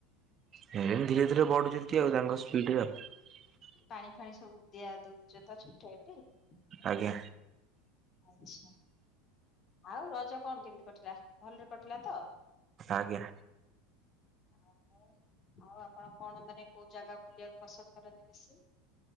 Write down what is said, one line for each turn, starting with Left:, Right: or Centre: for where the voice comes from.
Right: ହେ ଧୀରେ ଧୀରେ ବଢୁଛନ୍ତି ଆଉ ତାଙ୍କ ସ୍ପିଡ ରେ ଆଉ।
Left: ପାଣି ଫାଣି ସବୁ ଦିଆ ଦଉଛ ତ ଠିକ ଠାକ ଟି।
Right: ଆଜ୍ଞା।
Left: ଆଛା ଆଉ ରଜ କଣ କେମିତି କଟିଲା ଭଲରେ କଟିଲା ତ?
Right: ଆଜ୍ଞା।
Left: ଆଉ ଆଉ ଆପଣ କଣ ମାନେ କୋଉ ଜାଗା ବୁଲିବାକୁ ପସନ୍ଦ କରନ୍ତି ବେଶୀ?